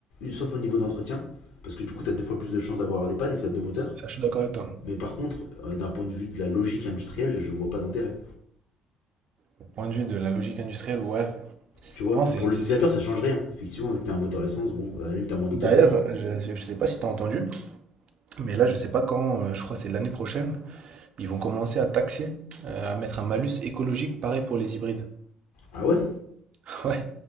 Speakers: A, on the left (about 70°); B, on the right (about 55°).
A: sauf au niveau d'entretien, parce que du coup, tu as deux fois plus de chances d'avoir des pannes vu que tu as deux moteurs.
B: Ça, je suis d'accord avec toi.
A: Mais par contre, euh, d'un point de vue de la logique industrielle, je vois pas d'intérêt.
B: Au point de vue de la logique industrielle, ouais.
A: Tu vois,
B: Non, c'est.
A: pour l'utilisateur,
B: c'est- c'est- c'est-
A: ça change
B: c'est-
A: rien. Effectivement, vu que t'as un moteur essence, bon, à la limite, t'as moins d'autonomie.
B: D'ailleurs, je ne sais pas si tu as entendu, mais là, je sais pas quand, euh, je crois que c'est l'année prochaine, ils vont commencer à taxer, euh, à mettre un malus écologique pareil pour les hybrides.
A: Ah ouais
B: <laughs> Ouais,